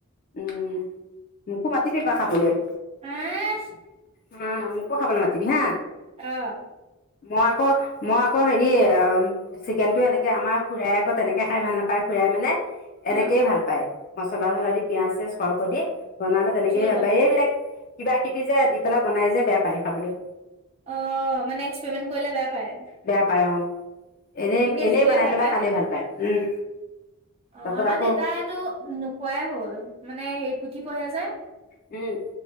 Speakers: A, on the left; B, on the right.
A: উম মোকো মাতিবি এইবাৰ খাবলৈ।
B: আহ
A: অ', মোক কো খাবলৈ মাতিবি হা।
B: অ'।
A: মই আকৌ মই আকৌ হেৰি অ' চিকেন টো এনেকে আমাৰ খুড়াই আকৌ তেনেকে খাই ভাল নাপায়। খুড়াই মানে এনেকেই
B: অ
A: ভাল পায় মচলা চছলা দি পিয়াজ চ সৰকে দি। ব'নালে তেনেকেই
B: জোল
A: ভাল
B: বনাই
A: পায় এইবিলাক কিবা কিবি যে দি পেলাই বনাই যে বেয়া পায় খাবলৈ।
B: অ' মানে এক্সপেৰিমেণ্ট কৰিলে বেয়া পায়।
A: বেয়া পায় অ এনেই
B: এনে
A: এনেই
B: জোলে
A: বনাই
B: ভাল
A: পেলাই খালে ভাল পায় উম।
B: অ',
A: তাৰপিছত
B: আমাৰ
A: আকৌ
B: দেতাইটো নোখোৱাই হ'ল মানে সেই পুথি পঢ়ে যে।
A: উম।